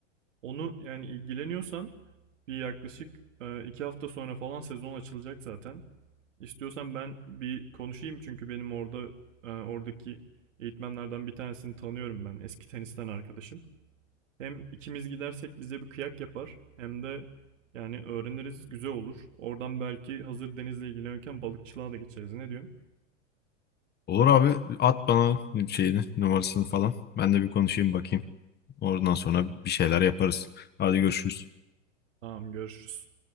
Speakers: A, on the right; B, on the left.
A: Onu yani ilgileniyorsan bir yaklaşık e, iki hafta sonra falan sezon açılacak zaten. İstiyorsan ben bir konuşayım çünkü benim orada e, oradaki eğitmenlerden bir tanesini tanıyorum ben. Eski tenisten arkadaşım. Hem ikimiz gidersek bize bir kıyak yapar hem de yani öğreniriz güzel olur. Oradan belki hazır denizle ilgilenirken balıkçılığa da geçeriz. Ne diyorsun?
B: Olur abi at bana şeyini numarasını falan. Ben de bir konuşayım bakayım. Oradan sonra bir şeyler yaparız. Hadi görüşürüz.
A: Tamam görüşürüz.